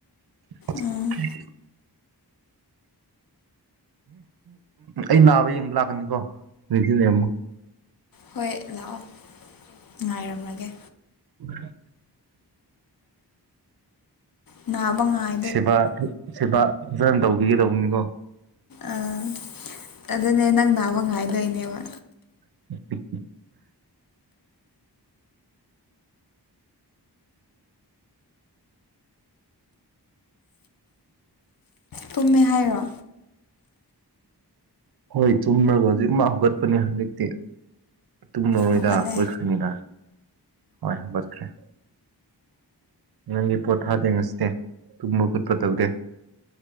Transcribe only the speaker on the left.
ꯎꯝ
ꯍꯣꯏ ꯂꯥꯛꯑꯣ ꯉꯥꯏꯔꯝꯃꯒꯦ
ꯅꯥꯕꯉꯥꯏ
ꯑꯥ ꯑꯗꯨꯅꯦ ꯅꯪ ꯅꯥꯕ ꯉꯥꯏꯗꯣꯏꯅꯦꯕ
ꯇꯨꯝꯃꯦ ꯍꯥꯏꯔꯣ
ꯍꯧꯒꯠꯂꯦ